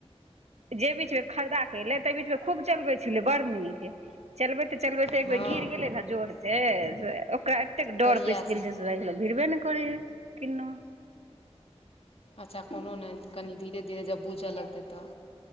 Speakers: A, on the right (about 85°); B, on the left (about 60°).
A: जे बीचमे खरीदा के एलै ताहि बीचमे खूब चलबै छलै बड़ नीक। चलबैते चलबैते एक
B: हँ
A: बेर गिर गेलै ने जोर से ओकरा एतेक डर
B: तहिया
A: पैसि गेलै
B: से
A: जे देखके भीड़बे ने करै हे किनहु।
B: अच्छा कोनो नहि, कनि धीरे धीरे जब बूझय लगतै तऽ